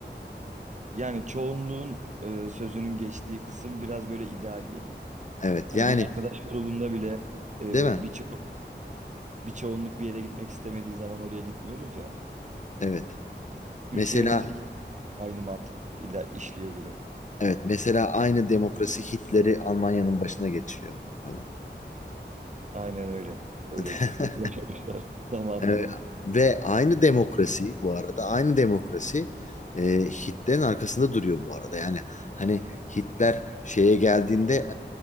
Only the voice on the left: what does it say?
Evet
yani
değil mi?
Evet.
Mesela
evet mesela aynı demokrasi Hitler'i Almanya'nın başına geçiriyor falan.
<laughs>
Ee, ve aynı demokrasi bu arada aynı demokrasi e, Hitler'in arkasında duruyor bu arada. Yani hani Hitler şeye geldiğinde